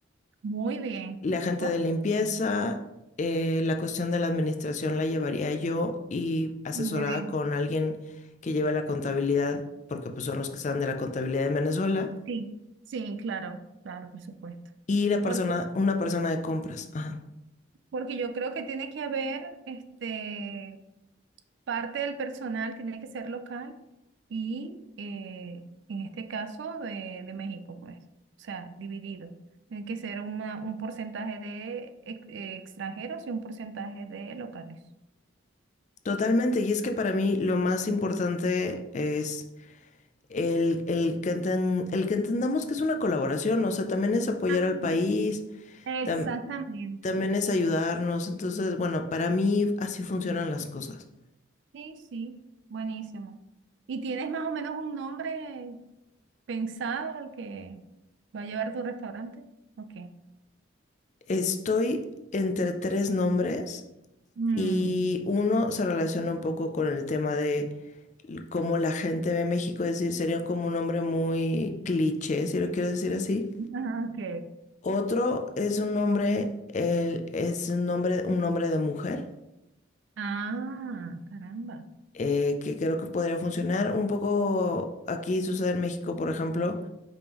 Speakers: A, on the right; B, on the left.
A: Muy bien.
B: La gente
A: Ok.
B: de limpieza, eh, la cuestión de la administración la llevaría yo y asesorada
A: Muy bien,
B: con alguien que lleve la contabilidad, porque pues son los que saben de la contabilidad en Venezuela.
A: sí, sí, claro, claro, por supuesto.
B: Y la persona,
A: Porque,
B: una persona de compras. Ajá.
A: porque yo creo que tiene que haber, este, parte del personal tiene que ser local y eh, en este caso de, de México, pues, o sea, dividido. Tiene que ser una- un porcentaje de ex- eh, extranjeros y un porcentaje de locales.
B: Totalmente, y es que para mí lo más importante es el, el que enten- el que entendamos que es una colaboración, o sea, también es apoyar
A: Ah,
B: al país,
A: Exactamente,
B: tam- también
A: ex-
B: es ayudarnos, entonces, bueno, para mí así funcionan las cosas.
A: Sí, sí, buenísimo. ¿Y tienes más o menos un nombre ¿Pensado el que va a llevar tu restaurante? Ok.
B: Estoy entre tres nombres
A: Mm,
B: y uno se relaciona un poco con el tema de cómo la gente ve México, es decir, sería como un nombre muy cliché, si lo quieres decir así
A: ah, ok.
B: Otro es un nombre, el- es un nombre, un nombre de mujer,
A: Ah, caramba.
B: eh, que creo que podría funcionar. Un poco aquí sucede en México, por ejemplo,